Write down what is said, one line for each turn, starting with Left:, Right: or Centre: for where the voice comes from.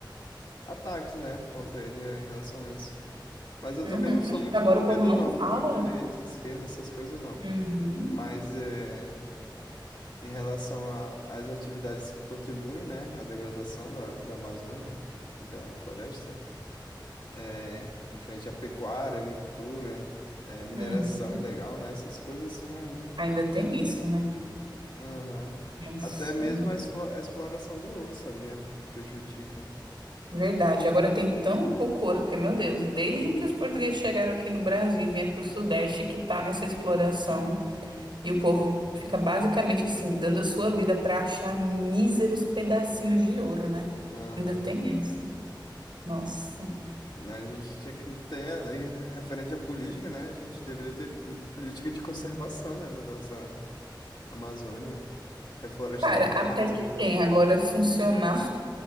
Left: ataques, né? Contra ele em relação a isso. Mas eu
Right: uhum,
Left: também não sou
Right: mas tipo,
Left: muito
Right: agora
Left: envolvido,
Right: o povo não
Left: não,
Right: fala.
Left: com direita, e esquerda, essas coisas, não.
Right: Uhum,
Left: Mas é, em relação a- às atividades que contribuem, né? À degradação da, da Amazônia e da floresta, é, referente à pecuária, agricultura, é, mineração
Right: uhum.
Left: ilegal, né? Essas coisas, assim, é muito
Right: Ainda tem isso, né?
Left: Aham.
Right: Nossa,
Left: Até mesmo
Right: não-
Left: a explo- a exploração do ouro, sabia? Prejudica.
Right: verdade. Agora tem tão pouco ouro, porque, meu Deus, desde que os portugueses chegaram aqui no Brasil e vieram pro Sudeste que tá nessa exploração. E o povo fica basicamente assim, dando a sua vida para achar míseros pedacinhos de ouro, né?
Left: Aham.
Right: Ainda tem essa. Nossa.
Left: A gente tinha que ter, aí, referente à política, né? A gente deveria ter política de conservação, né? Da nossa Amazônia. Reflorestamento.
Right: Cara, até que tem. Agora funcionar